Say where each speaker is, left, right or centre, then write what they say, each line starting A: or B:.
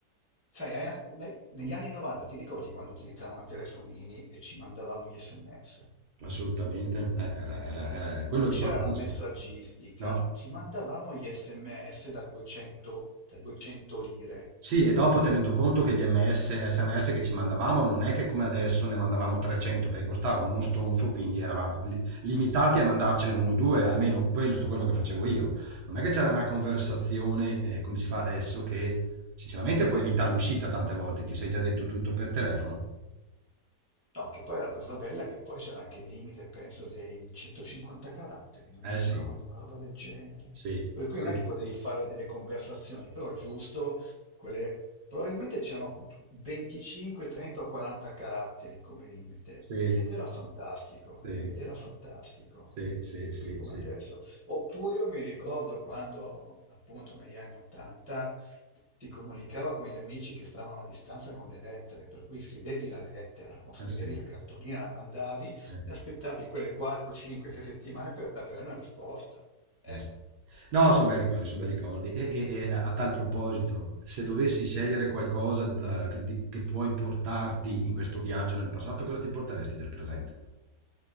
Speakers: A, on the right; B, on the right.
A: Sai, ai- ne- negli anni 90 ti ricordi quando utilizzavamo i telefonini e ci mandavamo gli SMS?
B: Assolutamente, Eh, era, era, era quello
A: Non
B: ricordo
A: c'era la
B: fisso.
A: messaggistica,
B: No?
A: ci mandavamo gli SMS da 200, da 200 lire.
B: Sì, e dopo tenendo
A: Mm?
B: conto che gli ms sms che ci mandavamo non è che come adesso ne mandavamo 300 perché costavano uno stonfo, quindi eravamo li- limitati a mandarcene uno o due, almeno questo quello che facevo io. Non è che c'era una conversazione eh, come si fa adesso che sinceramente puoi evitare l'uscita tante volte, ti sei già detto tutto per telefono.
A: No, che poi è la cosa bella è che poi c'era anche il limite, penso, dei 150 caratteri, non mi
B: Eh
A: ricordo,
B: sì,
A: una roba del genere.
B: sì,
A: Per cui
B: sì,
A: non è che potevi fare delle conversazioni, però giusto, quelle... probabilmente c'erano 25, 30 o 40 caratteri come limite,
B: sì,
A: ed era fantastico,
B: sì,
A: ed era fantastico,
B: sì, sì,
A: non
B: sì,
A: più come
B: sì,
A: adesso. Oppure io mi ricordo quando, appunto, negli anni 80 si comunicava con gli amici che stavano a distanza con le lettere, per cui scrivevi la lettera o scrivevi
B: eh sì.
A: la cartolina, la mandavi
B: eh.
A: e aspettavi
B: sì.
A: quelle 4, 5, 6 settimane per avere una risposta. Eh,
B: Eh sì. No, son bei ricordi, son bei ricordi. E e e a a tal proposito, se dovessi scegliere qualcosa da che di che puoi portarti in questo viaggio nel passato, cosa ti porteresti del presente?